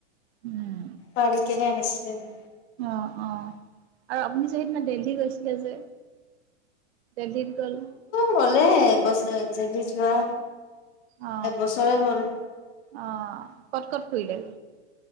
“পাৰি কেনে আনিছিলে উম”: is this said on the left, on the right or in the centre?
Left